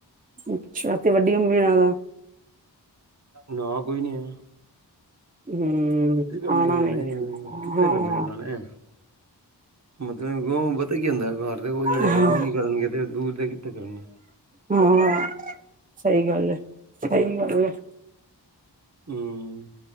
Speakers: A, on the right (about 20°); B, on the right (about 40°).
A: ਅੱਛਾ ਤੇ ਵੱਡੀ ਮੰਮੀ ਨਾਂ ਦਾ
B: ਨਾ ਕੋਈ ਨੀ ਆਇਆ
A: ਹਮ
B: ਕਿੱਥੇ ਕਰਨੇ
A: ਆਣਾ
B: ਉਹਨਾਂ
A: ਵਿ
B: ਨੇ
A: ਨੀ
B: ਕਿੱਥੇ
A: ਹਾਂ
B: ਕਰਨੇ ਉਹਨਾਂ ਨੇ ਮਤਲਬ ਪਤਾ ਕੀ ਹੁੰਦਾ ਘਰ ਦੇ ਕੋਲ ਜਿਹੜੇ ਹੈਗੇ
A: ਹਾਂ
B: ਨੇ ਉਹ ਨੀ ਕਰਨਗੇ ਤੇ ਦੂਰ ਦੇ ਕਿੱਥੇ ਕਰਨਗੇ
A: ਹਾਂ ਸਹੀ ਗੱਲ ਹੈ ਸਹੀ ਗੱਲ ਹੈ।
B: ਹਮ